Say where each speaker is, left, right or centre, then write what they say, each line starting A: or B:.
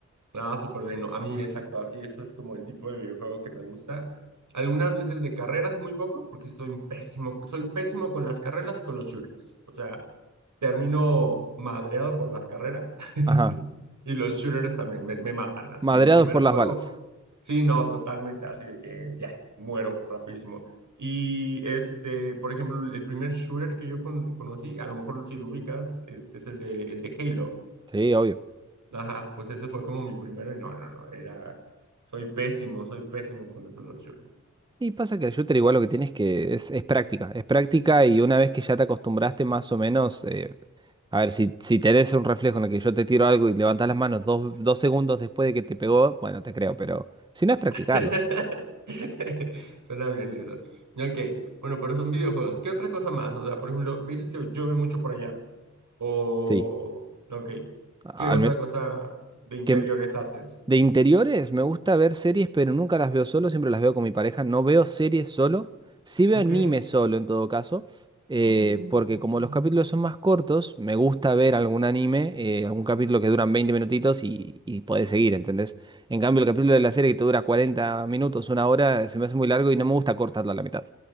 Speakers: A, on the right; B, on the right.
A: Ah, súper bien. ¿no? A mí, exacto, así, ese es como el tipo de videojuego que me gusta. Algunas veces de carreras, muy poco, porque sí soy un pésimo, soy pésimo con las carreras y con los shooters. O sea, termino madreado por las carreras <laughs>
B: Ajá.
A: y los shooters también me, me matan. Así,
B: Madreados
A: el primer
B: por las
A: juego,
B: balas.
A: sí, no, totalmente, así de que ya, muero rapidísimo. Y este, por ejemplo, el primer shooter que yo con- conocí, a lo mejor si lo ubicas, es, es el de, el de Halo.
B: Sí, obvio.
A: Ajá, pues ese fue como mi primero y no, no, no, era, soy pésimo, soy pésimo con esos los shooters.
B: Y pasa que el shooter igual lo que tienes que es, es práctica, es práctica y una vez que ya te acostumbraste más o menos, eh, a ver, si, si tenés un reflejo en el que yo te tiro algo y levantás las manos dos, dos segundos después de que te pegó, bueno, te creo, pero si no es practicarlo,
A: <laughs> Suena bien eso. Ok, bueno, pero son videojuegos. ¿Qué otra cosa más? O sea, por ejemplo, me dices que llueve mucho por allá. O,
B: sí.
A: ok,
B: Al
A: ¿qué otra
B: men-
A: cosa de interiores
B: que,
A: haces?
B: De interiores, me gusta ver series, pero nunca las veo solo, siempre las veo con mi pareja. No veo series solo, sí veo
A: Ok.
B: anime solo en todo caso, eh,
A: <gasps>
B: porque como los capítulos son más cortos, me gusta ver algún anime, eh, algún capítulo que duran 20 minutitos y, y podés seguir, ¿entendés? En cambio, el capítulo de la serie que te dura 40 minutos, una hora, se me hace muy largo y no me gusta cortarlo a la mitad.